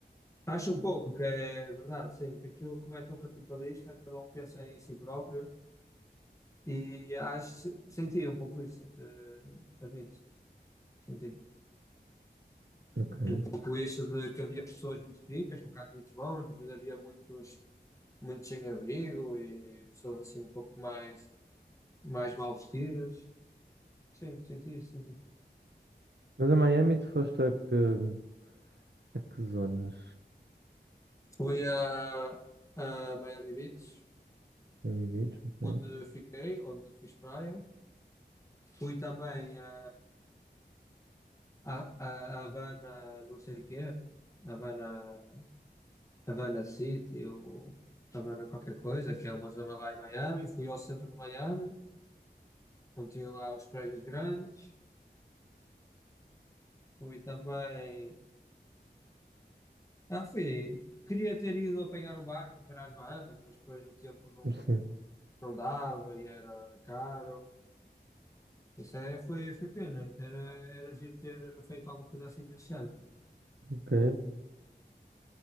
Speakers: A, on the left; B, on the right.
A: Acho um pouco que é verdade, sim, que aquilo, como é tão capitalista, cada um pensa em si próprio e acho, senti um pouco isso, eh, admito, senti.
B: Ok.
A: Um pouco isso de que havia pessoas muito ricas, com carros muito bons, mas ainda havia muitos, muitos sem abrigo e pessoas assim um pouco mais, mais mal vestidas. Sim, senti isso, senti.
B: Mas a Miami tu foste a que, a que zonas?
A: Fui a, a Miami Beach.
B: Miami Beach, ok.
A: onde fiquei, onde fiz praia. Fui também a, a, a Havana, não sei o quê, Havana, Havana City ou Havana qualquer coisa, que é uma zona lá em Miami. Fui ao centro de Miami, onde tinha lá os prédios grandes. Fui também. Ah, fui aí. Queria ter ido apanhar um barco para as Bahamas, mas depois o tempo não,
B: Sim,
A: não dava e era caro. Isso é, foi, foi pena. Então Era, era giro ter feito alguma coisa assim desse ano.
B: ok.